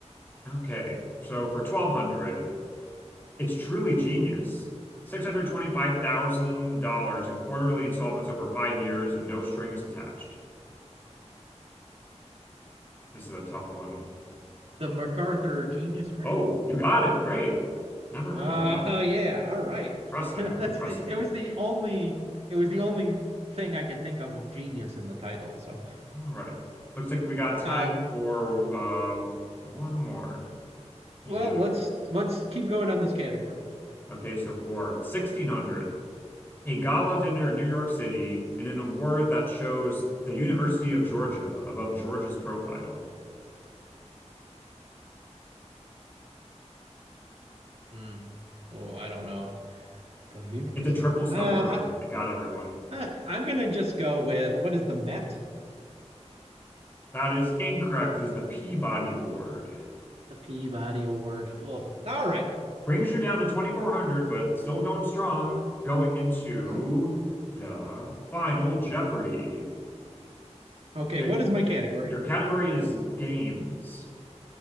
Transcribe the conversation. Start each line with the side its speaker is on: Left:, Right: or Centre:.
Left: Okay. So for 1,200, it's truly genius. $625,000 in quarterly installments over five years and no strings attached. This is a tough one.
Right: The MacArthur Genius Grant.
Left: Oh, you got it. Great. Never heard
Right: Oh
Left: of that.
Right: yeah, all right.
Left: Impressive.
Right: <laughs> That's
Left: Impressive.
Right: the it was the only it was the only thing I could think of with genius in the title. So
Left: All right. Looks like we got time
Right: uh
Left: for uh one more in
Right: well
Left: Daily
Right: let's
Left: Go.
Right: let's keep going on this category.
Left: Okay, so for 1600, a gala dinner in New York City and an award that shows the University of Georgia above Georgia's profile.
Right: Hmm. Well, I don't know. The University
Left: It's a triple
Right: of uh,
Left: stumper.
Right: I,
Left: It got everyone.
Right: I I'm gonna just go with what is the Met?
Left: That is incorrect. It is the Peabody Award.
Right: The Peabody Award. Oh, all right.
Left: Brings you down to 2400, but still going strong. Going into
Right: Oh,
Left: the final Jeopardy.
Right: okay.
Left: The,
Right: What is my category?
Left: your category is games.